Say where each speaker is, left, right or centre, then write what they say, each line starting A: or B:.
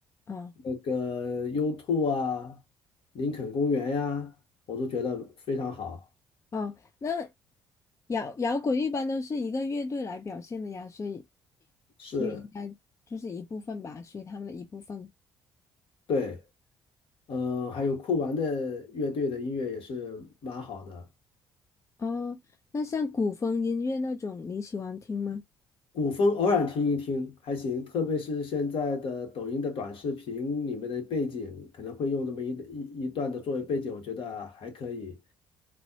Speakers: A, on the left; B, on the left.
A: 哦
B: 那个 u Two 啊，林肯公园呀、我都觉得非常好。
A: 哦，那摇摇滚一般都是一个乐队来表现的呀，所以
B: 是，
A: 所以应该就是一部分吧，属于他们的一部分。
B: 对。呃，还有酷玩的乐队的音乐也是蛮好的，
A: 哦，那像古风音乐那种，你喜欢听吗？
B: 古风偶尔听一听还行，特别是现在的抖音的短视频里面的背景，可能会用这么一一一段的作为背景，我觉得还可以。